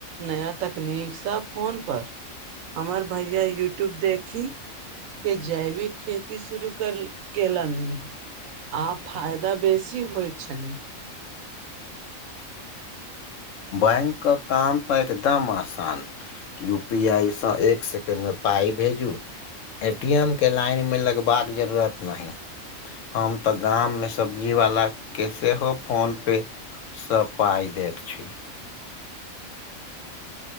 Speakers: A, on the right; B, on the left.
A: नया तकनीक सभ फोनपर हमर भैया यूट्यूब देखी। के जैविक खेती शुरू कऽ देलनी। आ फायदा बेसी होइ छै।
B: बैंकके काम तऽ एक एकदम आसान। यू पी आई से एक सेकेंड मे पाइ भेजू एटी एम के लाइनमे लगबाके जरूरत नहि। हम तऽ गाममे सब्जी वाला के सेहो फोन पे। सभ पाई देक छी।